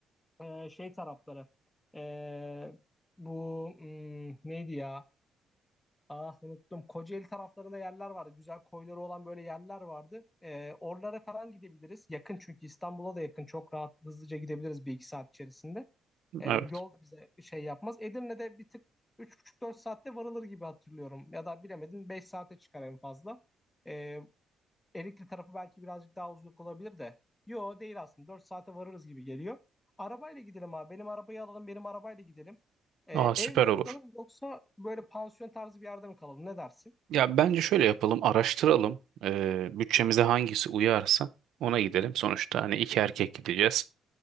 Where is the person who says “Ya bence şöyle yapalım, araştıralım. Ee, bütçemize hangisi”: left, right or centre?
Right